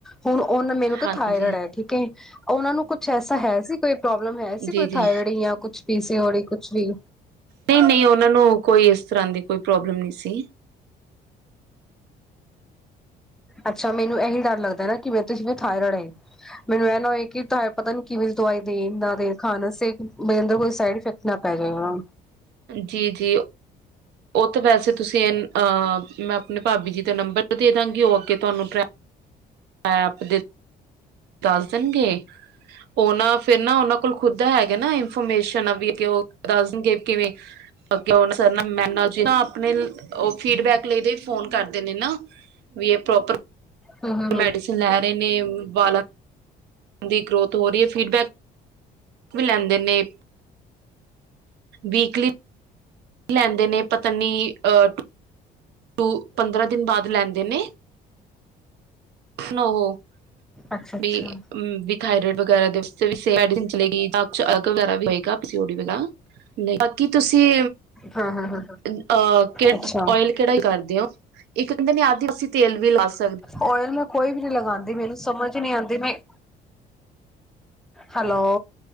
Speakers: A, in the centre; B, on the right.
A: ਹੁਨ ਔਨ-ਮੈਨੂੰ ਤੇ
B: ਹਾਂਜੀ
A: ਥਾਇਰਡ ਹੈ, ਠੀਕ ਕਿ ਓਨਾ ਨੂੰ ਕੁਛ ਐਸਾ ਹੈ ਸੀ, ਕੋਈ ਪ੍ਰੋਬਲਮ ਹੈ ਸੀ, ਕੋਈ
B: ਜੀ ਜੀ
A: ਥਾਇਰਡ ਯਾਂ ਕੁਛ। ਪੀ ਸੀ ਔਡੀ ਕੁੱਛ ਵੀ।
B: ਨਈ -ਨਈ, ਓਨਾਂ ਨੂੰ ਕੋਈ ਇਸ ਤਰ੍ਹਾਂ ਦੀ ਕੋਈ ਪ੍ਰੋਬਲਮ ਨੀ ਸੀ।
A: ਅੱਛਾ, ਮੈਨੂੰ ਐਹੀ ਡਰ ਲੱਗਦਾ ਨਾ, ਕਿ ਮੇਨੂੰ ਤੇ ਜੀਵੇ ਥਾਇਰਡ ਏ। ਮੈਨੂੰ ਐ ਨਾ ਹੋਏ, ਕਿ ਤਾ ਏ ਪਤਾ ਨ ਕਿਵੇਂ ਦੀ ਦਵਾਈ ਦੇਨ ਨਾ ਦੇਨ ਖਾਨ ਆਸੇ ਬੇ ਅੰਦਰ ਕੋਈ ਸਾਏਡਿਫੈਕਟ ਨਾ ਪੈਜੇਗਾ।
B: ਜੀ-ਜੀ। ਔ ਤੇ ਵੈਸੇ ਤੁਸੀਂ, ਅ ਮੈਂ ਆਪਣੇ ਭਾਬੀ ਜੀ ਦਾ ਨੰਬਰ ਦੇ ਦਾਂਗੀ, ਔ ਅੱਗੇ ਤੁਹਾਂਨੂੰ ਟ੍ਰੈ ਮੈਪ ਦੇ ਦੱਸ ਦੇਣਗੇ, ਔਨਾਂ ਫ਼ੇਰ ਨਾ ਔਨਾਂ ਕੋਲ ਖੁਦ ਹੈਗਾ ਨਾ, ਇਨਫੋਰਮੇਸ਼ਨ ਵੀ ਅੱਗੇ ਔ ਦਸ ਦੇ ਦੇਂਣਗੇ ਕਿਵੇਂ <unintelligible> ਆਪਣੇ ਔ ਫੀਡਬੈਕ ਲੇ ਦੇ ਫ਼ੋਨ ਕਰਦੇ ਨੇ ਨਾ ਵੀ ਐ ਪ੍ਰੋਪਰ
A: ਹੂੰ ਹੂੰ
B: ਮੈਡੀਸਨ
A: ਹੂੰ
B: ਲੈ ਰਹੇ ਨੇ, ਵਾਲਾਂ ਦੀ ਗਰੋਥ ਹੋ ਰਹੀ ਏ, ਫੀਡਬੈਕ ਵੀ ਲੈਂਦੇ ਨੇ। ਵੀਕਲੀ ਲੈਂਦੇ ਨੇ, ਪਤਾ ਨੀ ਅ ਟੂ ਪੰਦਰਾਂ ਦਿਨ ਬਾਅਦ ਲੈਂਦੇ ਨੇ, ਔਹ
A: ਅੱਛਾ ਅੱਛਾ।
B: ਬੀ ਥਾਏਰਡ ਵਗੈਰਾ ਮੈਡੀਸਨ <unintelligible> ਚੈਕ ਵਗੈਰਾ ਵੀ ਹੋਏਗਾ ਪੀਸੀਔਡੀ ਦਾ। ਬਾਕੀ ਤੁਸੀਂ,
A: ਹਾਂ ਹਾਂ ਹਾਂ
B: ਅ
A: ਅੱਛਾ
B: ਔਇਲ ਕਿਹੜਾ ਯੁ ਕਰਦੇ ਔ, ਇੱਕ ਕਹਿੰਦੇ ਨੇ ਆਦਿਵਾਸੀਂ ਤੇਲ ਵੀ ਲਾ ਸ
A: ਔਇਲ ਮੈਂ ਕੋਈ ਵੀ ਨੀ ਲਗਾਂਦੀ, ਮੈਨੂੰ ਸਮਝ ਨੀ ਆਂਦੀ ਪਈ ਹੈਲੋ।